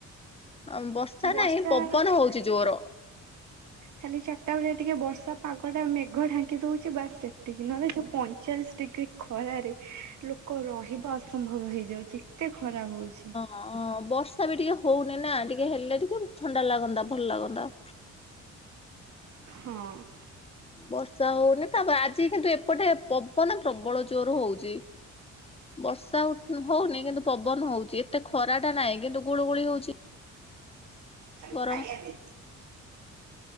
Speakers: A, on the left (about 20°); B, on the right (about 70°).
A: ଅ, ବର୍ଷା
B: ବର୍ଷା
A: ନାହିଁ ପବନ ହଉଛି ଜୋର।
B: ଖାଲି ଚାଟା ବେଳିଆ ଟିକେ ବର୍ଷା ପାଗଟ ଟା ମେଘ ଢାଙ୍କି ଦଉଛି ବାସ୍ ସେତିକି, ନହେଲେ ଯୋଉ ପଇଁଚାଳିଶ ଟିକେ ଖରାରେ ଲୋକ ରହିବା ଅସମ୍ଭବ ହେଇଯାଉଛି ଏତେ ଖରା ହଉଛି।
A: ଅଁ, ବର୍ଷା ବି ଟିକେ ହଉନି ନା ଟିକେ ହେଲେ ଟିକେ ଥଣ୍ଡା ଲାଗନ୍ତା ଭଲ ଲାଗନ୍ତା।
B: ହଁ।
A: ବର୍ଷା ହଉନି ତାପ ଆଜି କିନ୍ତୁ ଏପଟେ ପବନ ପ୍ରବଳ ଜୋର ହଉଚି। ବର୍ଷା ଆଉ ହୁଁ, ହଉନି କିନ୍ତୁ ପବନ ହଉଛି ଏତେ ଖରା ଟା ନାହିଁ କିନ୍ତୁ ଗୁଳୁ ଗୁଳି ହଉଛି।
B: ଖାଇ
A: ଗରମ
B: ଖାଇଆ ଦେ।